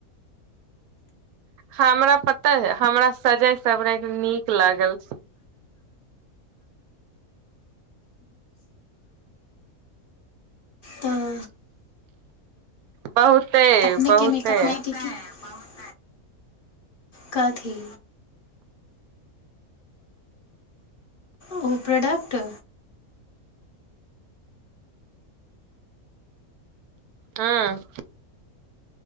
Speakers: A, on the right; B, on the left.
A: हमरा पता हे हमरा सजय सबरैत नीक लागल।
B: तऽ
A: बहुते
B: देख
A: बहुते
B: के मेकअपमे क <unintelligible> कहथि। ओ प्रोडक्ट
A: हँ